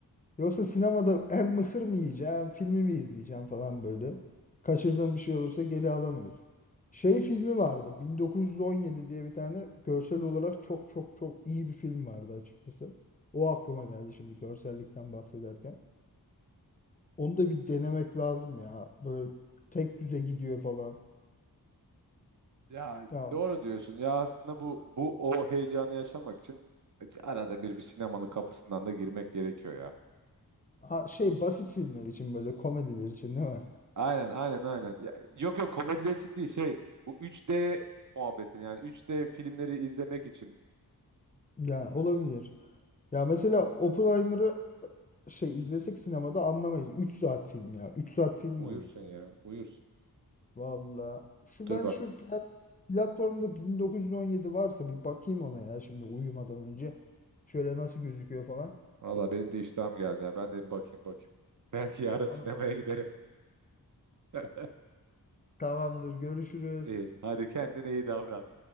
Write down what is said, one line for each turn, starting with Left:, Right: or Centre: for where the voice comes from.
Left: Yoksa sinemada hem mısır mı yiyeceğim, filmi mi izleyeceğim falan böyle. Kaçırdığım bir şey olursa geri alamıyoruz. Şey filmi vardı. 1917 diye bir tane görsel olarak çok çok çok iyi bir film vardı açıkçası. O aklıma geldi şimdi görsellikten bahsederken. Onu da bir denemek lazım ya. Böyle tek düze gidiyor falan.
Right: Ya
Left: Ya
Right: doğru diyorsun. Ya aslında bu bu o heyecanı yaşamak için e, arada bir bir sinemanın kapısından da girmek gerekiyor ya.
Left: ha- şey basit filmler için böyle komediler için değil mi?
Right: Aynen aynen aynen. Ya, yok yok komediler için değil şey bu 3D muhabbeti yani 3D filmleri izlemek için.
Left: Ya olabilir. Ya mesela
Right: Dur,
Left: Oppenheimer'ı şey izlesek sinemada anlamayız. 3 saat film ya. 3 saat film mi
Right: uyursun
Left: olur?
Right: ya uyursun.
Left: Valla. Şu
Right: Dur
Left: ben
Right: bak
Left: şu plat- platformda 1917 varsa bir bakayım ona ya şimdi uyumadan önce. Şöyle nasıl gözüküyor falan.
Right: valla benim de iştahım geldi ya ben de bir bakayım bakayım. <laughs> Belki yarın
Left: Tamam,
Right: sinemaya giderim. <laughs>
Left: tamamdır. Görüşürüz.
Right: İyi, hadi kendine iyi davran.